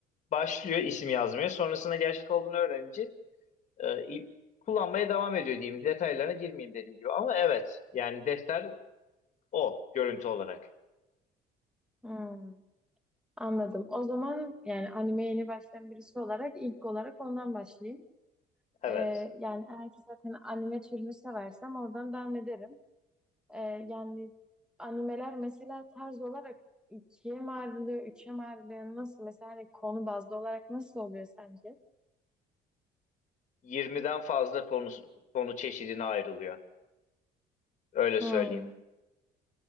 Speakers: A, on the left; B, in the centre.
A: başlıyor isim yazmaya sonrasında gerçek olduğunu öğrenince e, il- kullanmaya devam ediyor diyeyim detaylarına girmeyeyim dediğim gibi ama evet yani defter o görüntü olarak
B: Hmm. Anladım. O zaman yani animeye yeni başlayan birisi olarak ilk olarak ondan başlayayım.
A: evet.
B: Ee, yani eğer ki zaten anime türünü seversem oradan devam ederim. Ee, yani animeler mesela tarz olarak ikiye mi ayrılıyor, üçe mi ayrılıyor, nasıl mesela hani konu bazlı olarak nasıl oluyor sence?
A: Yirmiden fazla konu konu çeşidine ayrılıyor. Öyle
B: Hmm.
A: söyleyeyim.